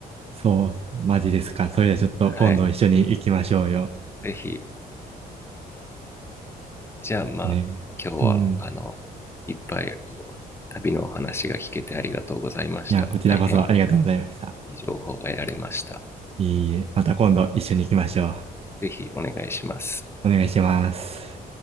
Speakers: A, on the right; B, on the left.
A: そう、マジですか。それではちょっと今度一緒に行きましょうよ。
B: <laughs> はい。ぜひ、じゃあまあ、
A: ね。
B: 今日は、
A: うん。
B: あの、いっぱい旅のお話が聞けてありがとうございました。
A: いや、こちらこそありがとうございました。
B: 大変いい情報が得られました。
A: いえいえ、また今度一緒に行きましょ
B: ぜひお願いします。
A: う。お願いします。